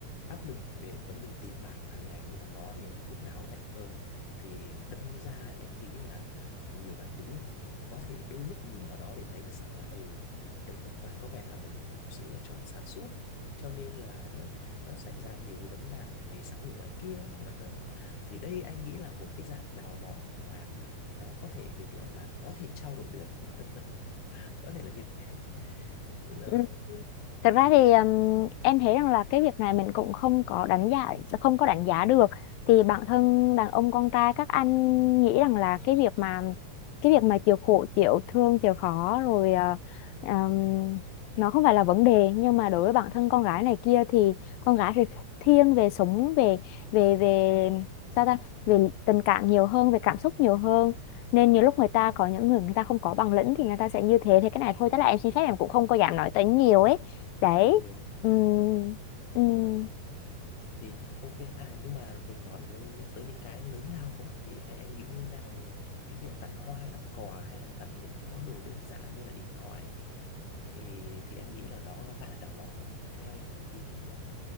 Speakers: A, on the left (about 60°); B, on the left (about 80°).
A: áp lực về vấn đề tiền bạc hàng ngày nhưng mà nó thì lúc nào cũng thảnh thơi thì đâm ra thì anh nghĩ là nhiều bạn nữ có thể đôi lúc nhìn vào đó để thấy được rằng là ừ đây có vẻ- có vẻ là một cái câu- sự lựa chọn sáng suốt cho nên là nó nó xảy ra nhiều cái vấn nạn về xã hội ngoài kia <laughs> thì đây anh nghĩ là một cái dạng đào mỏ nhưng mà nó có thể được gọi là có thể trao đổi được <laughs> có thể là như thế rồi
B: <laughs> Thật
A: thì
B: ra thì ừm, em thấy rằng là cái việc này mình cũng không có đánh giá không có đánh giá được thì bản thân đàn ông con trai các anh nghĩ rằng là cái việc mà cái việc mà chịu khổ chịu thương chịu khó rồi ờ, ừm, nó không phải là vấn đề nhưng mà đối với bản thân con gái này kia thì con gái thì thiên về sống về về về sao ta về tình cảm nhiều hơn về cảm xúc nhiều hơn nên nhiều lúc
A: ừ
B: người ta có những người người ta không có bằng lĩnh thì người ta sẽ như thế thế cái này thôi tức là em xin phép em cũng không có dám nói tới nhiều ấy đấy
A: đúng và
B: ừm,
A: nghĩ thế
B: ừm,
A: Ờ, thì ok à nhưng mà mình nói với những tới những cái lớn lao quá thì em, em nghĩ như thế nào về cái việc tặng hoa tặng quà hay là tặng những cái món đồ đơn giản như là điện thoại thì, thì em nghĩ là đó có phải là đào mỏ không theo em ý kiến của em